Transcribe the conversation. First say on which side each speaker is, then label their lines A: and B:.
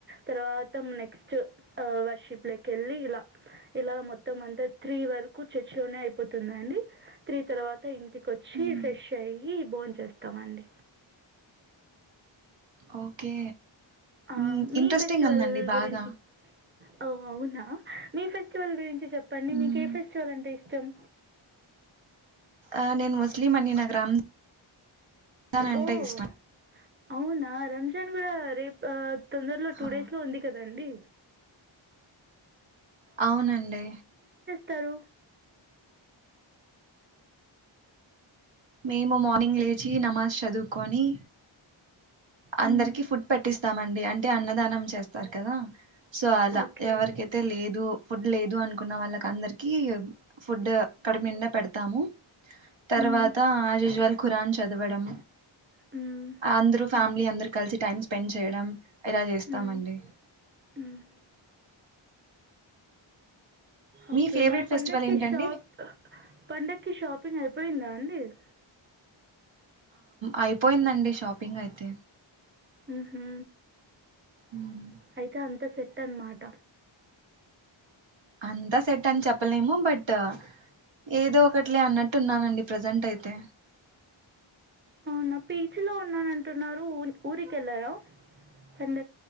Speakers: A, on the right; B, on the right.
A: తర్వాత నెక్స్ట్ వర్షిప్ లకెళ్ళి ఇలా ఇలా మొత్తం అంత త్రీ వరకు చర్చి లో అయిపోతుందండి త్రీ తర్వాత ఇంటికి వచ్చి
B: మ్మ్
A: ఫ్రెష్ అయ్యి బోన్ చేస్తామండి.
B: ఓకే
A: ఆ
B: మ్మ్
A: మీ
B: ఇంట్రెస్టింగ్
A: ఫెస్టివల్
B: ఉందండి
A: గురించి
B: బాగా
A: ఓ అవునా మీ ఫెస్టివల్ గురించి చెప్పండి
B: మ్మ్
A: మీకే ఫెస్టివల్ అంటే ఇష్ ష్టం
B: ఆ నేను ముస్లిం అండి నాకు రంజాన్ న్ అంటే
A: ఓహ్!
B: ఇష్టం
A: అవునా రంజాన్ కూడా రేపు తొందరలో టూ
B: ఆ,
A: డేస్ లో ఉంది కదండి.
B: అవునండి
A: తరు
B: మేము మార్నింగ్ లేచి నమాజ్ చదువుకొని
A: హ్మ్.
B: అందరికి ఫుడ్ పెట్టిస్తామండి అంటే అన్నదానం చేస్తారు కదా సో అలా
A: ఓకే.
B: ఎవరికైతే లేదు ఫుడ్ లేదు అనుకున్న వాళ్ళకి అందరికీ ఫుడ్ కడుపు నిండా పెడతాము. తర్వాత
A: హ్మ్.
B: ఆజిజ్వల్ ఖురాన్ చదవడం
A: హ్మ్.
B: అందరూ అందర్ కలిసి టైం స్పెండ్ చేయడం. ఇలా చేస్తామండి.
A: హ్మ్. హ్మ్. ఓకే
B: మీ ఫేవరెట్
A: మళ పంండగకి
B: ఫెస్టివల్ ఏంటండి
A: షాప్ పండగకి షాపింగ్ అయిపోయిందాండి. హ్మ్
B: అయిపోయిందండి షాపింగ్ అయితే.
A: హ్మ్ హూ
B: మ్మ్.
A: అయితే అంత సెట్ అన్నమాట
B: అంతా సెట్ అని చెప్పలేము బట్ ఏదో ఒకట్లే అన్నట్టున్నానండి ప్రజెంట్ అయితే.
A: అవునా పీచ్ లో ఉన్నాన అంటున్నారు ఉ ఊరికెళ్ళరాా పండ